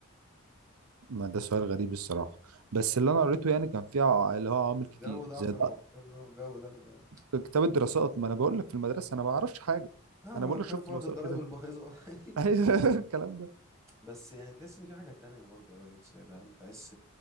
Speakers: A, on the right; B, in the centre.
A: ما ده سؤال غريب الصراحه بس اللي انا قريته يعني كان فيه ع- اللي هو عوامل كتير
B: جو ضعف
A: زي ده
B: الحكام ده جو ده أنا
A: كتاب الدراسات ما انا بقول لك في المدرسه انا ما اعرفش حاجه
B: ضعف
A: انا
B: الحكام
A: بقول لك شفت
B: في
A: الوثائقي
B: أرض الضرايب
A: كده
B: البايظة
A: <laughs>
B: <laughs>
A: ايوه الكلام ده
B: بس يعني تحس إن في حاجة تانية برضه يا ريس يعني فاهم تحس